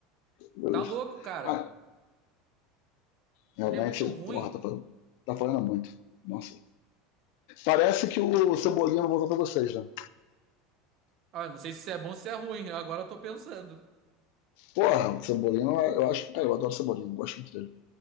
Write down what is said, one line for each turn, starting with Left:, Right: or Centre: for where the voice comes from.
Left: beleza.
Right: Tá louco, cara.
Left: Ah, realmente,
Right: Ele é muito ruim.
Left: porra, tá, falando- tá falando muito. Nossa. Parece que o Cebolinha vai voltar pra vocês, né?
Right: Ah, não sei se isso é bom ou se é ruim, agora eu tô pensando.
Left: Porra, o Cebolinha, eu acho. Cara, eu adoro o Cebolinha, gosto muito dele.